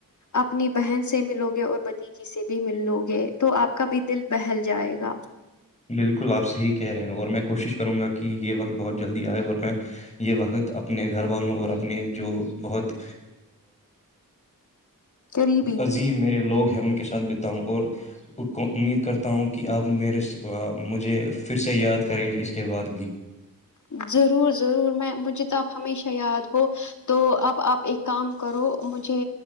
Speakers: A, on the left (about 55°); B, on the left (about 20°).
A: اپنی بہن سے ملو گے اور بتیجی سے بھی ملو گے تو آپ کا بھی دل بہل جائے گا
B: بالکل آپ صحیح کہہ رہے ہیں اور میں کوشش کروں گا کہ یہ وقت بہت جلدی آئے اور میں یہ وقت اپنے گھر والوں اور اپنے جو بہت
A: قریبی
B: عظیم میرے لوگ <unintelligible> ان کے ساتھ بیتا ہوں اور کو امید کرتا ہوں کہ آپ میرے ساتھ <unintelligible> مجھے پھر سے یاد کریں گے اس کے بعد بھی
A: ضرور ضرور میں مجھے تو آپ ہمیشہ یاد ہو تو اب آپ ایک کام کرو مجھے